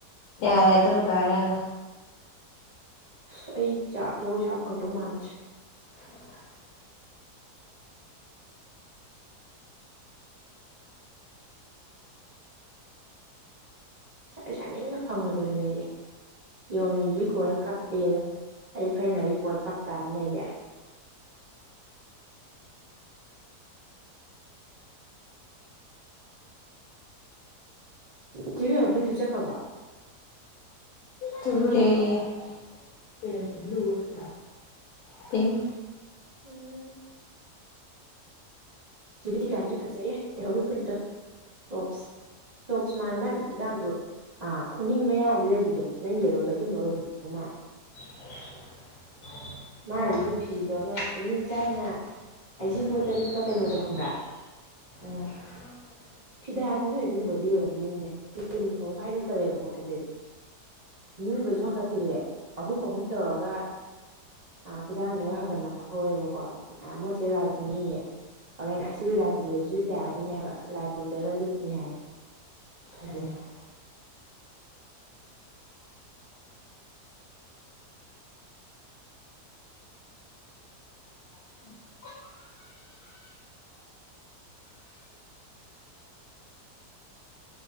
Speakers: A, on the left; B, on the right.
A: ꯌꯥꯔꯦ ꯑꯗꯨꯝꯕꯗꯣ ꯍꯥꯏꯔꯛꯑꯅꯨ
B: ꯑꯁ ꯑꯩ ꯖꯥ ꯖꯒꯣꯏ ꯁꯥ ꯐꯪꯗꯧ ꯃꯥꯟꯗ꯭ꯔꯦ
A: <unintelligible>
B: ꯁꯤꯗꯤ ꯁꯥꯅꯤꯡꯅ ꯐꯪꯉꯣꯏꯗꯧꯔꯤꯕ ꯑꯩꯁꯦ ꯌꯦꯡ ꯌꯨꯕꯤ ꯀꯣꯜꯂ ꯀꯞꯄꯦꯗꯣ ꯑꯩꯗꯤ ꯐꯅꯦꯛ ꯅꯥꯏꯕꯤ ꯀꯣꯜꯂ ꯀꯞ ꯇꯥꯕꯅꯤꯅꯦ ꯑꯩꯗꯤ ꯆꯦ ꯕꯦꯝꯃ ꯐꯨꯔꯤꯠ ꯇꯨꯕ ꯆꯠꯈ꯭ꯔꯕꯣ
A: ꯇꯨꯔꯦꯌꯦ ꯀꯩ ꯃꯆꯨ ꯕ꯭ꯂꯨ ꯅꯠꯇ꯭ꯔꯣ ꯄꯤꯡ
B: ꯎꯝ ꯆꯦ ꯕꯤꯇꯤꯀꯥꯏꯁꯨ ꯐꯖꯩꯌꯦ ꯂꯩꯍꯧꯔꯤ ꯐꯨꯔꯤꯠꯇꯣ ꯇꯣꯞꯁ ꯇꯣꯞꯁ ꯃꯥꯜꯂꯦ ꯃꯥꯥꯏꯗꯣ ꯈꯨꯗꯥꯡꯖꯨ ꯑꯥ ꯈꯨꯅꯤꯡ ꯃꯌꯥꯗ ꯂꯩꯕꯤꯗꯣ ꯅꯪ ꯌꯦꯜꯂꯣꯗꯣ ꯑꯗꯨꯝꯕ ꯑꯣꯏꯕ <unintelligible>
A: <unintelligible>
B: ꯃꯥꯏꯗꯨꯗꯤ ꯐꯤꯗꯣ ꯑꯃ ꯏꯅꯦꯝ ꯆꯥꯅ
A: <unintelligible>
B: ꯍꯩꯖꯤꯡꯄꯣꯠꯇ ꯂꯤꯠꯄ ꯀꯩꯅꯣꯗꯣ ꯈꯪꯕ꯭ꯔꯥ ꯎꯝ ꯐꯤꯗꯥꯗꯤ ꯅꯣꯏ ꯑꯗꯨꯝꯕꯗꯤ ꯑꯣꯏꯔꯝꯗꯣꯏꯅꯤꯅꯦ ꯀ꯭ꯔꯤꯝ ꯍ꯭ꯋꯥꯏꯠ ꯑꯣꯏꯅ ꯇꯧꯋꯦꯕꯀꯣ ꯐꯖꯩ ꯅꯨꯡꯒꯁꯨ ꯍꯛꯀꯠ ꯊꯤꯜꯂꯦ ꯑꯍꯨꯝ ꯑꯍꯨꯝ ꯇꯧꯔꯒ ꯑꯥ ꯈꯨꯗꯥꯡꯗꯒ ꯍꯒ ꯅꯞꯐꯧꯋꯦꯕꯀꯣ ꯑꯥ ꯃꯣꯏ ꯆꯦ ꯂꯥꯏ ꯄꯨꯅꯤꯌꯦ ꯍꯣꯔꯦꯟ ꯑꯥꯏ ꯁꯤꯗꯤ ꯂꯥꯏ ꯄꯨꯕꯗꯁꯨ ꯂꯤꯠ ꯌꯥꯔꯅꯤꯅꯦ ꯍꯥꯏꯕ ꯂꯥꯏꯄꯨꯔꯗꯒ ꯂꯤꯠꯅꯤ ꯍꯥꯏ
A: <unintelligible>
B: ꯐꯖꯩ
A: <unintelligible>